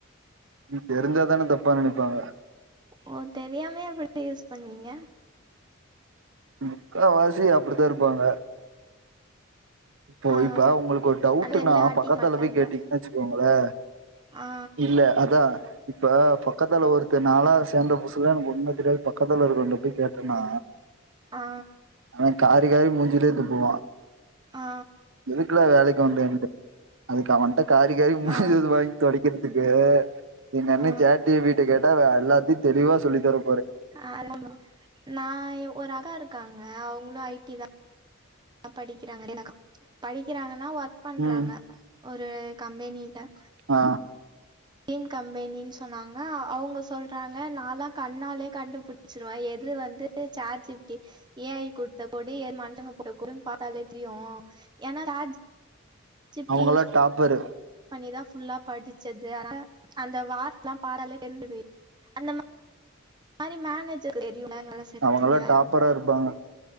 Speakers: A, on the right (about 70°); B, on the right (about 20°).
A: நீ தெரிஞ்சாதான தப்பா நெனைப்பாங்கா
B: ஓ தெரியாமே எப்படி யூஸ் பண்ணுவீங்க
A: முக்கா வாசி அப்படித்தா இருப்பாங்க இப்போ
B: ஆ
A: இப்ப உங்களுக்கு ஒரு டவுட்டுனா
B: ஆனா வெளில காட்டிக்க
A: பக்கத்தல
B: மாட்டாங்க
A: போய் கேட்டீங்கன் வெச்சுக்கோங்களே
B: ஆ
A: இல்ல அதா இப்ப பக்கத்தல ஒருத்தன் நாளா சேந்த புதுசுல்லா எனக்கு ஒன்னு தெரியாது பக்கத்தல இருக்கறவண்ட போய் கேட்டனா
B: ஆ
A: அவன் காரி காரி மூஞ்சிலே துப்புவா
B: ஆ
A: எதுக்குடா வேலைக்கு வந்தேன்ட்டு அதுக்கு அவங்கிட்ட காரி காரி மூஞ்சில
B: ஆ
A: வாங்கி தொடைக்கிற துக்கு எங்க அண்ணே
B: ஆ
A: சேட் ஜி பி டி கேட்டா அவ எல்லாத்யு தெளிவா சொல்லித்தரு
B: ஆ <unintelligible> நா எ ஒரு அக்கா இருக்காங்க அவுங்ளு ஐ டி தா படிக்கிறாங்க <unintelligible> படிக்கிறாங்கன்னா ஒர்க் பண்றாங்க
A: ம்
B: ஒரு கம்பெனில
A: அ
B: எய்ம் கம்பெனின் சொன்னாங் க அவுங்க சொல்றாங்க நாலா கண்ணாலே கண்டுபுடிச்சிடுவே எது வந்து chat G B T A I குட்த்த கோடு எது மனுசங்க போட்ட கோடுன்னு பாத்தாலே தெரியு ஏன்னா chat G B
A: அவங்கல்லா
B: D use
A: டாப்பரு
B: பண்ணிதா ஃபுல்லா படிச்சது அத்னால அந்த வார்த்தலா பாத்தாலே தெரிஞ்சு <unintelligible> அந்த மா ரி மேனேஜருக்கு தெரியுல்ல வேல செய்ற
A: அவங்கல்லா
B: எத்துல
A: டாப்பரா இருப்பாங்க